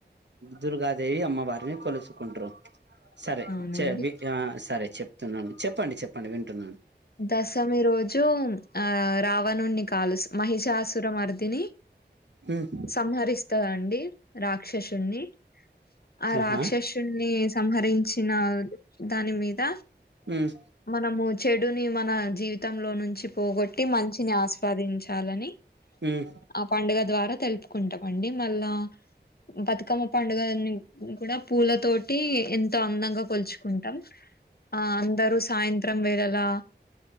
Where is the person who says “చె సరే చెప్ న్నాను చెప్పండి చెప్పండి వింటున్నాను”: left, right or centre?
Right